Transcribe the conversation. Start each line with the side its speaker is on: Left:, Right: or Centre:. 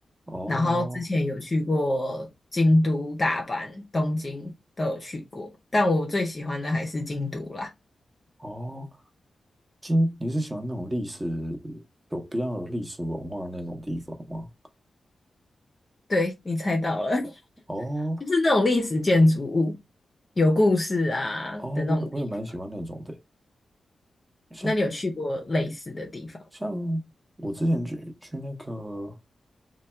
Right: 哦
Left: 然后之前有去过京都、大阪、东京都有去过，但我最喜欢的还是京都啦。
Right: 哦，今你是喜欢那种历史有比较有历史文化的那种地方吗？
Left: 对，你猜到了，<laughs>
Right: 哦
Left: 就是那种历史建筑物、有故事啊的那种地方。
Right: 哦，我也我也蛮喜欢那种的欸，像
Left: 那你有去过类似的地方吗？
Right: 像我之前去去那个